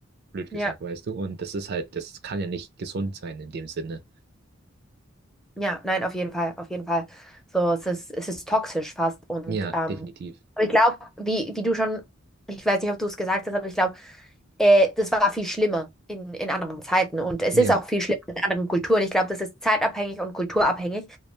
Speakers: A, on the right (about 50°); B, in the centre.
A: blöd
B: ja,
A: gesagt, weißt du. Und das ist halt, das kann ja nicht gesund sein in dem Sinne.
B: ja, nein, auf jeden Fall, auf jeden Fall. So, es ist, es ist toxisch fast. Und
A: Ja,
B: ähm,
A: definitiv.
B: aber ich glaube, wie, wie du schon, ich weiß nicht, ob du es gesagt hast, aber ich glaube, äh, das war viel schlimmer in, in anderen Zeiten. Und es
A: Ja,
B: ist auch viel schlimmer in anderen Kulturen. Ich glaube, das ist zeitabhängig und kulturabhängig.